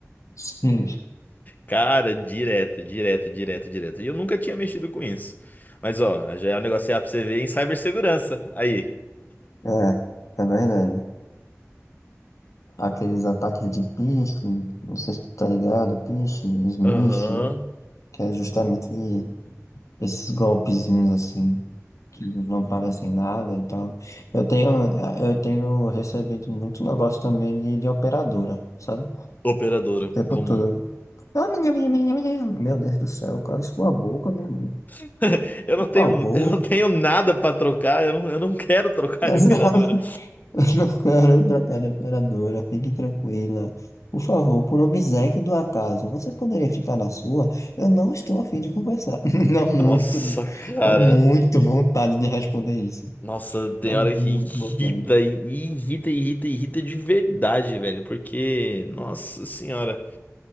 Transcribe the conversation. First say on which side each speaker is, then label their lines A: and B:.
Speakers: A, on the left (about 70°); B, on the left (about 30°).
A: sim,
B: Cara, direto, direto, direto, direto. E eu nunca tinha mexido com isso. Mas, ó, já é um negócio aí pra você ver em cibersegurança. Aí.
A: é, é verdade. Aqueles ataques de phishing, não sei se tu tá ligado, phishing, smishing,
B: Aham.
A: que é justamente esses golpezinhos assim, que não parecem nada e tal. Eu tenho, eu tenho recebido muito negócio também de, de operadora, sabe?
B: Operadora
A: O tempo
B: comum.
A: todo. Ah, minha, minha, minha, minha. Meu Deus do céu, cala sua boca, meu irmão,
B: <laughs> Eu não
A: por
B: tenho,
A: favor.
B: eu não tenho nada pra trocar, eu não, eu não quero trocar
A: <laughs>
B: de operadora.
A: <laughs> Não quero trocar de operadora, fique tranquila. Por favor, por obséquio do acaso, você poderia ficar na sua? Eu não estou afim de conversar. <laughs> Dá muito,
B: Nossa,
A: de-
B: cara.
A: dá muito vontade de responder isso.
B: Nossa, tem
A: Dá muito
B: hora que irrita,
A: vontade.
B: e irrita, irrita, irrita de verdade, velho. Porque, nossa senhora.